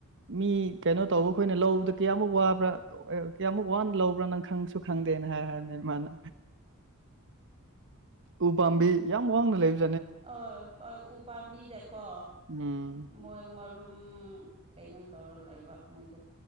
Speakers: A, on the right; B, on the right.
A: ꯃꯤ ꯀꯩꯅꯣ ꯇꯧꯕ ꯑꯩꯈꯣꯏꯅ ꯂꯧꯕꯗ ꯀꯌꯥꯃꯨꯛ ꯋꯥꯕ꯭ꯔꯥ ꯀꯌꯥꯃꯨꯛ ꯋꯥꯅ ꯂꯧꯕ꯭ꯔꯥ ꯅꯪ ꯈꯪꯁꯨ ꯈꯪꯗꯦꯅ ꯍꯥꯏ ꯍꯥꯏꯔꯅꯤ ꯃꯥꯅ ꯎ ꯄꯥꯝꯕꯤ ꯌꯥꯝ ꯋꯥꯡꯅ ꯂꯩꯕ
B: ꯍꯣꯏ ꯍꯣꯏ ꯎꯄꯥꯝꯕꯤꯗꯀꯣ
A: ꯎꯝ
B: ꯃꯣꯏ ꯃꯔꯨꯞ ꯝ ꯀꯩꯅꯣ ꯇꯧꯔ ꯂꯩꯕ ꯃꯣꯏꯗꯣ